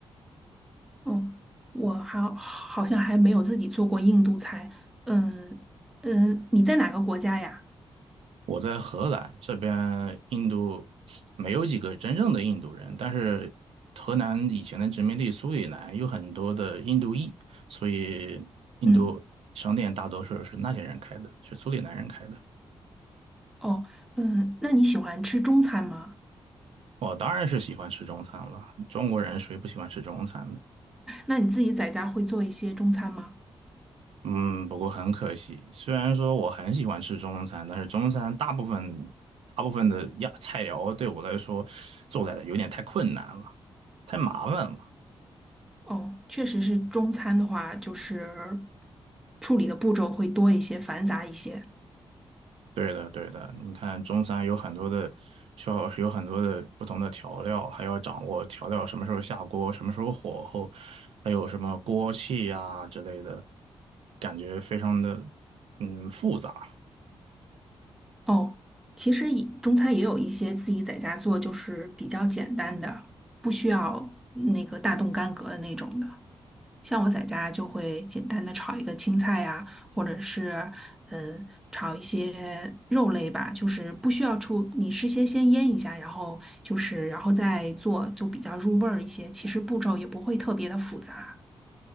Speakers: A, in the centre; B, on the right (about 75°).
A: 哦，我还好像还没有自己做过印度菜。嗯嗯，你在哪个国家呀？
B: 我在荷兰这边，印度没有几个真正的印度人，但是荷兰以前的殖民地苏里南有很多的印度裔，所以印度商店大多数是那些人开的，
A: 嗯，
B: 是苏里南人开的。
A: 哦，嗯，那你喜欢吃中餐吗？
B: 我当然是喜欢吃中餐了，中国人谁不喜欢吃中餐呢？
A: 那你自己在家会做一些中餐吗？
B: 嗯，不过很可惜，虽然说我很喜欢吃中餐，但是中餐大部分大部分的呀菜肴对我来说做来有点太困难了，太麻烦了。
A: 哦，确实是中餐的话，就是处理的步骤会多一些，繁杂一些。
B: 对的，对的，你看中餐有很多的，需要有很多的不同的调料，还要掌握调料什么时候下锅，什么时候火候，还有什么锅气呀、之类的，感觉非常的嗯复杂。
A: 哦，其实也中餐也有一些自己在家做，就是比较简单的，不需要那个大动干戈的那种的。像我在家就会简单的炒一个青菜呀、或者是嗯炒一些肉类吧，就是不需要出，你事先先腌一下，然后就是然后再做，就比较入味儿一些。其实步骤也不会特别的复杂。